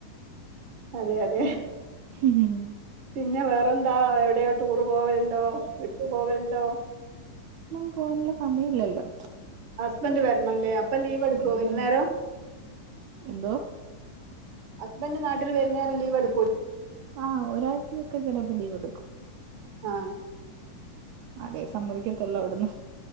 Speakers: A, on the right; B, on the right.
A: അതെ അതെ
B: <unintelligible>
A: പിന്നെ വേറെന്താ എവിടെയോ ടൂറ് പോവലുണ്ടോ ട്രിപ്പ് പോവലുണ്ടോ
B: ഒന്നും പോവാനൊള്ള സമയില്ലല്ലോ
A: ഹസ്ബൻഡ് വരണം ല്ലേ അപ്പം ലീവ്
B: ഹസ്ബൻഡ്
A: എടുക്കോ വരുന്നേരം
B: പറയണം എന്തോ
A: ഹസ്ബൻഡ് നാട്ടിൽ വരുന്നേരം ലീവെടുക്കൂലേ
B: ആഹ് ഒരാഴ്ചയൊക്കെ ചെലപ്പോ ലീവെടുക്കും
A: ആഹ്
B: അതേ സമ്മതിക്കത്തുള്ളൂ അവിടന്നും